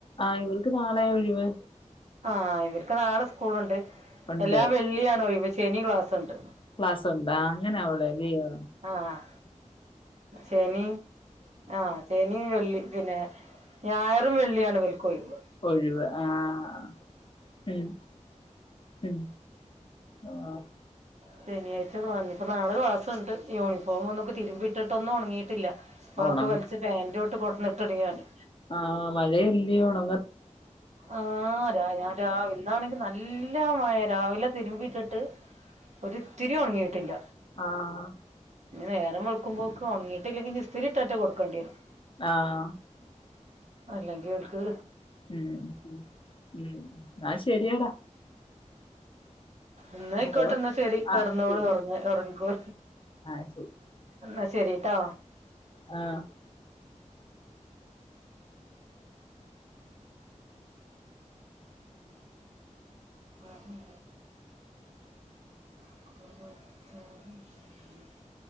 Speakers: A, on the left; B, on the right.
A: ആഹ് ഇവൾക്ക് നാളെ ഒഴിവ്
B: ആഹ് ഇവര്ക്ക് നാളെ സ്കൂളുണ്ട്.
A: ഉണ്ട്
B: എല്ലാ വെള്ളിയാണ് ഒഴിവ്. ശനി ക്ലാസുണ്ട്.
A: ക്ലാസുണ്ടാ അങ്ങനെ അവിടെ അല്ലിയോ
B: ആഹ് ശനി ആഹ് ശനിയും വെള്ളി പിന്നെ ഞായറും വെള്ളിയാണ് ഇവൽക്കൊയ്വ്
A: ഒഴിവ് ആഹ് ഉം ഉം ആഹ്
B: ശനിയാഴ്ച്ച ക്ലാ ഇനിപ്പോ നാളെ ക്ലാസുണ്ട് യൂണിഫോം ഒന്നും തിരുമ്പിട്ടിട്ടൊന്നും ഉണങ്ങിയിട്ടില്ല അതൊക്കെ
A: ഉണ
B: വലിച്ച് ഫാനിന്റെ ചോട്ട് കൊടന്ന് ഇട്ടണ് ഞാന്
A: ആഹ് മഴ എല്ലിയൊ ഉണ
B: ആ രാ ഞാൻ രാവിൽ ഇന്നാണെങ്കി നല്ല മഴേ രാവിലെ തിരുമ്പിട്ടിട്ട് ഒരിത്തിരി ഒണങ്ങിട്ടില്ല
A: ആഹ്
B: ഇനി നേരം വെളുക്കുമ്പോക്ക് ഒണങ്ങിയിട്ടില്ലെങ്കി ഇനി ഇസ്തിരി ഇട്ടിട്ട് കൊടുക്കേണ്ടി വരും
A: ആഹ്
B: അല്ലെങ്കി ഓല്ക്ക്
A: ഉം ഉം എന്നാ ശരിയടാ
B: എന്നാ അയ്ക്കോട്ടെ
A: ഹലോ
B: എന്നാ ശരി കെടന്നോളു
A: ആഹ് ശരി
B: ഉറങ്ങിക്കോ
A: ആഹ് ശരി
B: എന്നാ ശരിട്ടോ
A: ആഹ്
B: ആഹ് <unintelligible>